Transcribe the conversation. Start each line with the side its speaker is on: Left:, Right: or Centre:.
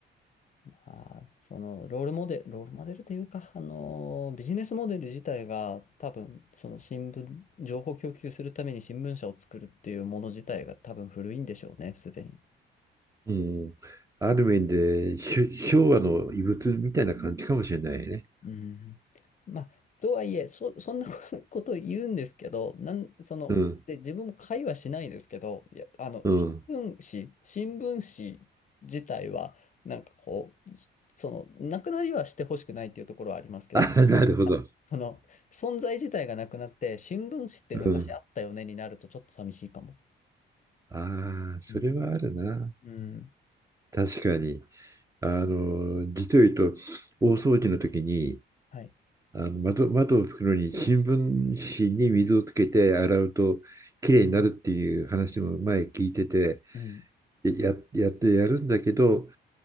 Left: まあ、そのロールモデル、ロールモデルというか、あの、ビジネスモデル自体が多分、その新聞、情報供給するために新聞社を作るっていうもの自体が多分古いんでしょうね、すでに。
Right: うん。ある面で、し昭和の遺物みたいな感じかもしれないね。
Left: うん。まあ、とはいえ、そ、そんな <laughs> ことこと言うんですけど、なん、その、
Right: うん。
Left: で、自分も会話しないですけど、いや、あの、
Right: うん。
Left: 新聞紙、新聞紙自体は、なんかこう、その、なくなりはしてほしくないっていうところはありますけど、
Right: <laughs> なるほど。
Left: あその、存在自体がなくなって、新聞紙って昔あったよねになると、
Right: うん。
Left: ちょっと寂しいかも。
Right: ああ、それはあるな。
Left: うん。うん。
Right: 確かに。あの、実を言うと、大掃除の時に、
Left: はい。
Right: あの窓、窓を拭くのに新聞紙に水をつけて洗うときれいになるっていう話も前聞いてて、
Left: うん。
Right: や、やってやるんだけど、